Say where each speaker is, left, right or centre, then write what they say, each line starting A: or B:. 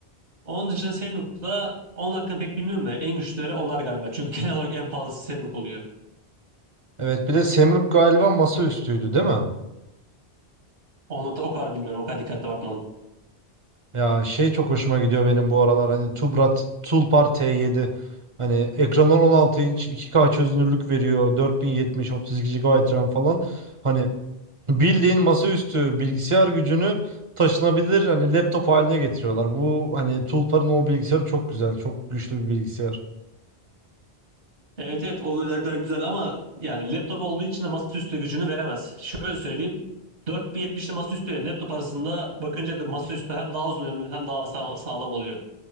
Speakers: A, on the right; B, on the right.
A: Onun dışında Semruk'ta onun hakkında pek bilmiyorum da en güçlüleri onlar galiba. Çünkü <laughs> genel olarak en pahalısı Semruk oluyor.
B: Evet bir de Semruk galiba masaüstüydü değil mi?
A: Onu da o kadar bilmiyorum. O kadar dikkatli bakmalım.
B: Ya şey çok hoşuma gidiyor benim bu aralar hani Tubrat Tulpar T7 hani ekranı on altı inç iki k çözünürlük veriyor dört bin yetmiş otuz iki GB RAM falan hani bildiğin masaüstü bilgisayar gücünü taşınabilir hani laptop haline getiriyorlar. Bu hani Tulpar'ın o bilgisayarı çok güzel çok güçlü bir bilgisayar.
A: Evet evet o özellikler güzel ama yani laptop olduğu için de masaüstü gücünü veremez. Şöyle söyleyeyim. 4070 ile masaüstü ile laptop arasında bakınca da masaüstü hem daha uzun ömürlü hem daha sağ- sağlam oluyor.